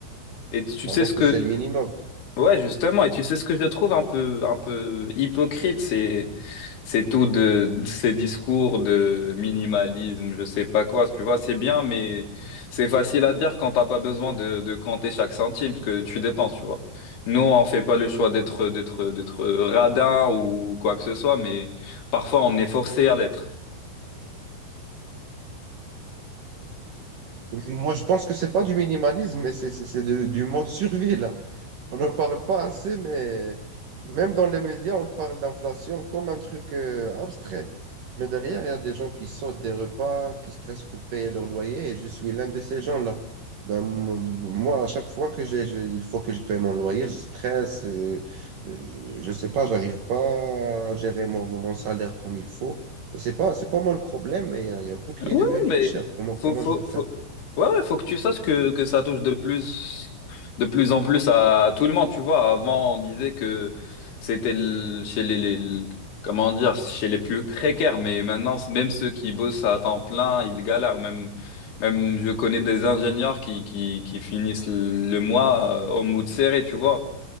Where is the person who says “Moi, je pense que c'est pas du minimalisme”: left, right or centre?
Right